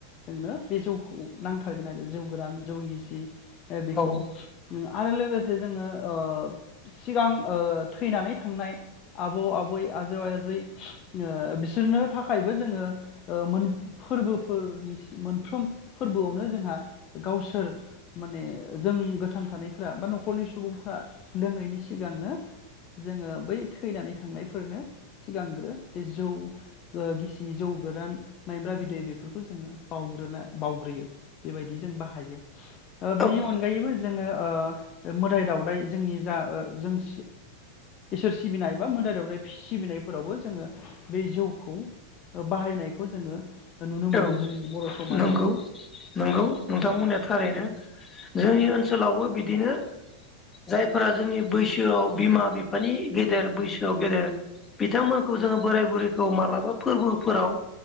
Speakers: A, on the left; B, on the left.
A: जोंनो बे जौ खौ नांथारगोन आरो जौ गोरान जौ गि सि ओ बेखौ
B: औ
A: उम आरो लोगोसे जोङो ओ सिगां ओ थैनानै थांनाय आबौ आबै आजौ आजै ओ बिसोरनो थाखायबो जोङो ओ मोन फोरबोफोरनि सि मोनफ्रोम फोरबोआवनो जोंहा गावसोर माने जों गोथां थानायफ्रा बा न'खरनि सुबुंफ्रा लोङैनि सिगांनो जोङो बै थैनानै थांनायफोरनो सिगांग्रो बे जौ ओ गिसि जौ गोरान माइब्रा बिदै बेफोरखौ जोङो बावग्रोना बावग्रोयो। बेबायदि जों बाहायो। ओ बेनि
B: औ
A: अनगायैबो जोङो ओ मोदाय दावउदाय जोंनि जा ओ जों ओ इसोर सिबिनाय एबा मोदाय दावदाय फि सिबिनायफोरावबो जोङो बे ओ जौखौ बाहायनायखौ जोङो नुनो मोनो
B: औ
A: जोंनि बर' समाजाव
B: नंगौ नंगौ
A: औ
B: नोंथां बुंनाया थारैनो। जोंनि ओनसोलावबो बिदिनो जायफोरा जोंनि बैसोआव बिमा बिफानि गेदेर बैसोआव गेदेर बिथांमोनखौ जोङो बोराय बुरैखौ मालाबा फोरबोफोराव